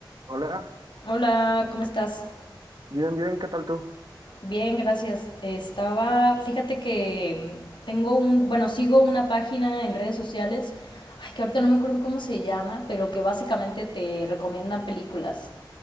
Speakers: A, on the right; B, on the left.
A: Hola,
B: Hola, ¿cómo estás?
A: bien, bien, ¿qué tal tú?
B: Bien, gracias. Estaba, fíjate que mm, tengo un, bueno, sigo una página en redes sociales, ay, que ahorita no me acuerdo cómo se llama, pero que básicamente te recomiendan películas.